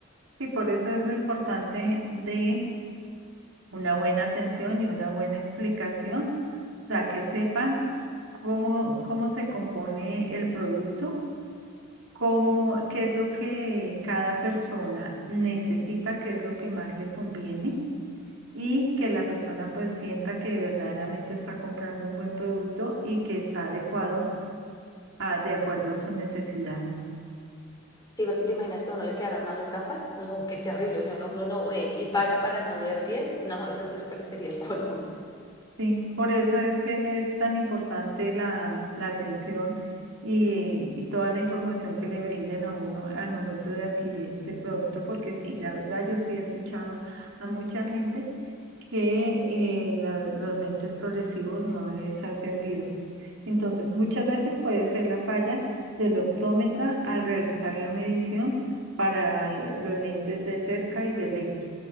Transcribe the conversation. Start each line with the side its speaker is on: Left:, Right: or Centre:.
Right: Sí, por eso es lo importante de una buena atención y una buena explicación, o sea, que sepan cómo, cómo se compone el producto cómo, qué es lo que cada persona necesita, qué es lo que más le conviene y que la persona pues sienta que verdaderamente está comprando un buen producto y que está adecuado a, de acuerdo a su necesidad.
Left: Sí, porque te imaginas que a uno le quedaran mal las gafas. No, qué terrible. O sea, uno no ve y paga para no ver bien. No, eso sí me parecería el colmo.
Right: Sí, por eso es que es tan importante la, la atención y, y toda la información que le brinden a uno al momento de adquirir este producto, porque sí, la verdad yo sí he escuchado a mucha gente que eh, la- los lentes progresivos no les ha servido. Entonces, muchas veces puede ser la falla del optómetra al realizar la medición para lo- los lentes de cerca y de lejos,